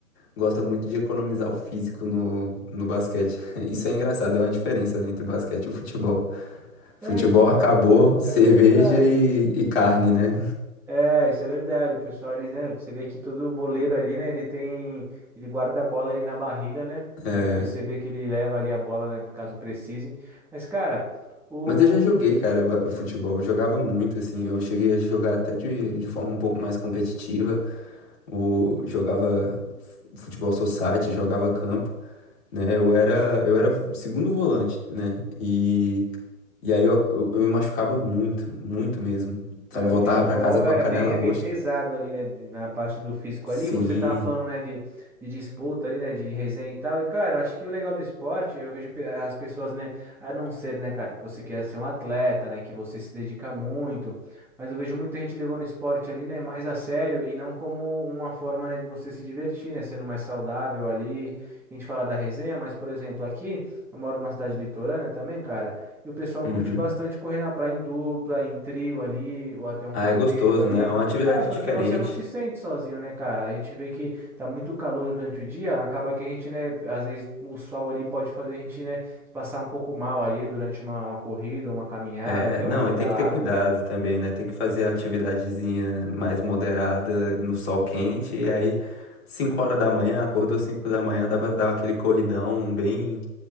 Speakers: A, on the left; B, in the centre.
A: gosta muito de economizar o físico no, no basquete. <laughs> Isso é engraçado, é uma diferença, né, entre basquete e o futebol. Futebol
B: É, então.
A: acabou, cerveja
B: Pior que é verdade.
A: e, e carne, né?
B: É, isso é verdade. O pessoal ali, né? Você vê que todo boleiro ali, né? Ele tem. Ele guarda a bola ali na barriga, né?
A: É,
B: Pode perceber que ele leva ali a bola, né? Caso precise. Mas, cara, o,
A: mas eu já joguei, cara, ba- futebol. Eu jogava muito, assim. Eu cheguei a jogar até de, de forma um pouco mais competitiva. O, jogava f- futebol society, jogava campo, né? Eu era, eu era segundo volante, né? E, e aí eu, eu, eu me machucava muito, muito mesmo. Sabe,
B: É,
A: voltava
B: o futebol
A: pra casa com
B: é
A: a canela
B: bem, é
A: roxa.
B: bem pesado ali, né? de- Na parte do físico
A: Sim.
B: ali. Você tava falando, né, de, de disputa ali, né? De resenha e tal. E, cara, eu acho que o legal do esporte, eu vejo pe- as pessoas, né? A não ser, né, cara, que você queira ser um atleta, né? Que você se dedica muito. Mas eu vejo muita gente levando o esporte ali, né? Mais a sério e não como uma forma, né, de você se divertir, né? Sendo mais saudável ali. A gente fala da resenha, mas, por exemplo, aqui, eu moro numa cidade litorânea também, cara. E o pessoal
A: Uhum.
B: curte bastante correr na praia em dupla, em trio ali, ou até um
A: Ah,
B: quarteto
A: é gostoso,
B: ali.
A: né? É uma atividade
B: É, porque
A: diferente.
B: você não se sente sozinho, né, cara? A gente vê que tá muito calor durante o dia, acaba que a gente, né, às vezes o sol ali pode fazer a gente, né, passar um pouco mal ali durante uma, uma corrida, uma caminhada,
A: É,
B: até
A: não,
B: uma pedalada.
A: e tem que ter cuidado também, né? Tem que fazer a atividadezinha mais moderada no sol quente, e aí 5 horas da manhã, acordou 5 da manhã, dá pra dar aquele corridão bem,